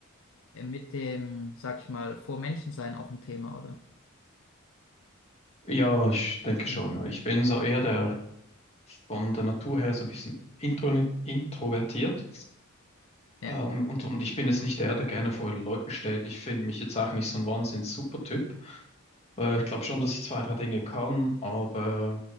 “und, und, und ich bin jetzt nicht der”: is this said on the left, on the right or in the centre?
Left